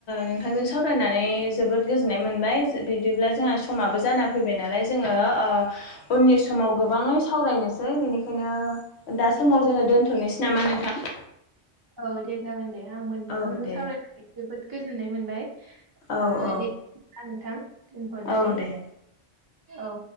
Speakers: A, on the left; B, on the right.
A: नोंथांजों सावरायनानै जोबोद गोजोननाय मोनबाय बिदिब्ला जोंहा समाबो जाना फैबाय नालाय जोङो ओ उननि समाव गोबाङै सावरायनोसै बिनिखायनो दा समाव जोङो दोनथ'नोसै नामा नोंथां।
B: औ दे जागोन दे आंबो नोंथांजों
A: औ दे।
B: सावरायनानै जोबोद गोजोननाय मोनबाय। ओ
A: औ औ
B: दे बिदिब्ला नोंथां दोनथ'सै
A: औ दे।
B: औ।